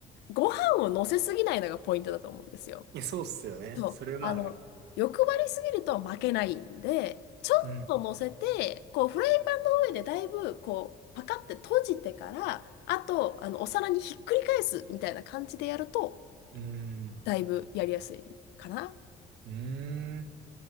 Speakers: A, on the left; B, on the right.
A: ご飯を乗せすぎないのがポイントだと思うんですよ。
B: いや、そうっすよね。
A: そう。
B: それはある。
A: あの、欲張りすぎると負けないんで、ちょっと乗せて、
B: うん。
A: こう、フライパンの上でだいぶ、こう、パカって閉じてから、あと、あの、お皿にひっくり返すみたいな感じでやると、
B: うん。
A: だいぶやりやすいかな。
B: うーん。